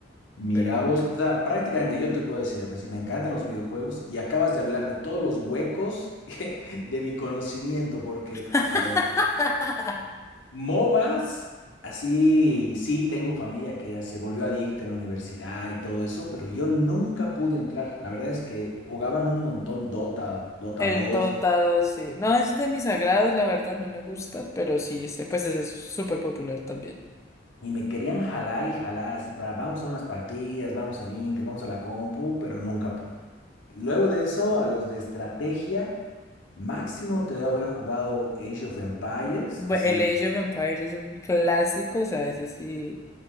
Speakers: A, on the left; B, on the left.
A: Mira
B: Pero.
A: vos, o sea, prácticamente yo te puedo decir, pues si me encantan los videojuegos y acabas de hablar de todos los huecos <laughs> de mi conocimiento, porque,
B: <laughs>
A: a ver, MOBAs, así, sí, tengo familia que se volvió adicta en la universidad y todo eso, pero yo nunca pude entrar. La verdad es que jugaban un montón Dota, Dota
B: El
A: dos
B: dotado, sí. No es de mis agrados la verdad, no me gusta, pero sí sé, pues ese es súper popular también.
A: Y me querían jalar y jalar así para vamos a unas partidas, vamos al Inter, vamos a la compu, pero nunca pude. Luego de eso, a los de estrategia, máximo te debo haber jugado Age of Empires,
B: Bu-
A: así,
B: El Age of Empires es un clásico, o sea, ese sí